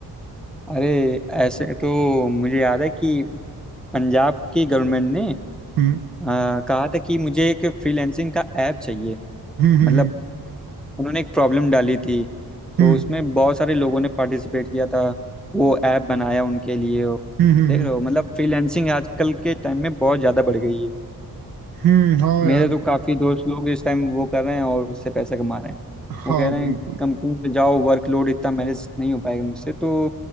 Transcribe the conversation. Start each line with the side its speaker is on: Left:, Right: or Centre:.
Centre: अरे ऐसे तो मुझे याद है कि पंजाब की गवर्नमेंट ने
Right: हम्म
Centre: आ, कहा था कि मुझे एक फ्रीलैंसिंग का ऐप चाहिए
Right: हम्म हम्म
Centre: मतलब उन्होंने एक प्रॉब्लम डाली थी तो
Right: हम्म
Centre: उसमें बहुत सारे लोगों ने पार्टिसिपेट किया था वो ऐप बनाया उनके लिए देख
Right: हम्म हम्म हम्म हम्म,
Centre: रहे
Right: हम्म,
Centre: हो मतलब फ्रीलैंसिंग आजकल के टाइम में बहुत ज़्यादा बढ़ गई है
Right: हम्म, हम्म, हाँ
Centre: मेरे
Right: यार
Centre: तो काफ़ी दोस्त लोग इस टाइम वो कर रहे हैं और उससे पैसा कमा रहे हैं
Right: हाँ
Centre: वो कह रहे
Right: बिल्कुल
Centre: हैं कंपनी में जाओ वर्कलोड इतना मैनेज नहीं हो पाएगा मुझसे तो